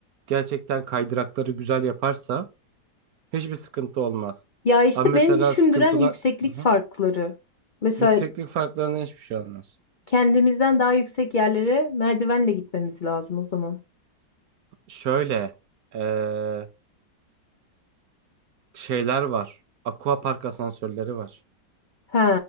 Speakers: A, on the right; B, on the left.
A: gerçekten kaydırakları güzel yaparsa hiçbir sıkıntı olmaz.
B: Ya işte
A: Ama mesela
B: beni düşündüren
A: sıkıntılar
B: yükseklik
A: Hı hı.
B: farkları. Mesela
A: yükseklik farklarına hiçbir şey olmaz.
B: kendimizden daha yüksek yerlere merdivenle gitmemiz lazım o zaman.
A: Şöyle e, şeyler var. Aquapark asansörleri var.
B: He,